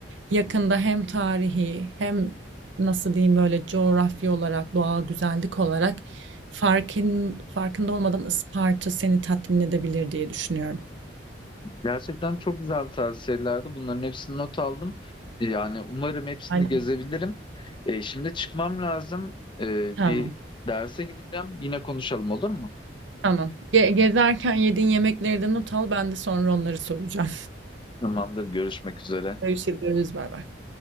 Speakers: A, on the right; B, on the left.
A: yakında hem tarihi hem nasıl diyeyim böyle coğrafya olarak doğal güzellik olarak farkın farkında olmadan Isparta seni tatmin edebilir diye düşünüyorum.
B: Gerçekten çok güzel tavsiyelerdi. Bunların hepsini not aldım. E, Yani umarım hepsini
A: Hadi.
B: gezebilirim. E, şimdi çıkmam lazım. E,
A: Tamam.
B: bir derse gideceğim. Yine konuşalım olur mu?
A: Tamam. Ge- gezerken yediğin yemekleri de not al. Ben de sonra onları soracağım.
B: Tamamdır. Görüşmek üzere.
A: <laughs> Görüşürüz. Bay bay.